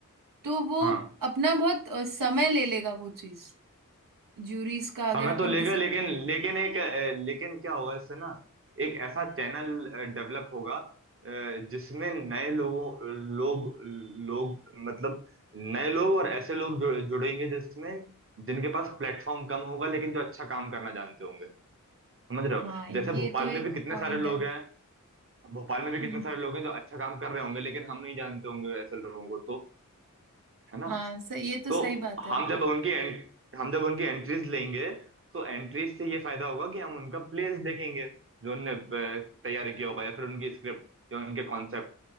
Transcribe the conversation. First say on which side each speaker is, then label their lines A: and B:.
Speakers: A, on the right (about 85°); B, on the right (about 40°).
A: तो वो
B: हाँ
A: अपना बहुत अ, समय ले लेगा वो चीज ज्यूरीज का अगर
B: समय
A: अपन
B: तो लेगा
A: किसी
B: लेकिन
A: को
B: लेकिन एक अ, लेकिन क्या होगा इससे ना एक ऐसा चैनल डेवलप होगा अ, जिसमें नए लोगों लोग लोग मतलब नए लोग और ऐसे लोग जु, जुड़ेंगे जिसमें जिनके पास प्लेटफॉर्म कम होगा लेकिन जो अच्छा काम करना जानते होंगे समझ रहे हो
A: हाँ ये
B: जैसे भोपाल
A: तो एक
B: में भी कितने
A: पॉइंट
B: सारे लोग
A: है
B: हैं भोपाल
A: <clears throat>
B: में भी कितने सारे लोग हैं जो अच्छा काम कर रहे होंगे लेकिन हम नहीं जानते होंगे ऐसे लोगों को तो है ना
A: हाँ स, ये तो
B: तो
A: सही बात है
B: हम जब उनकी एंट, हम जब उनकी एंट्रीज लेंगे तो एंट्रीज से ये फायदा होगा कि हम उनका प्लेस देखेंगे जो उनने अ, तैयारी किया होगा या फिर उनकी स्क्रिप्ट या उनके कॉन्सेप्ट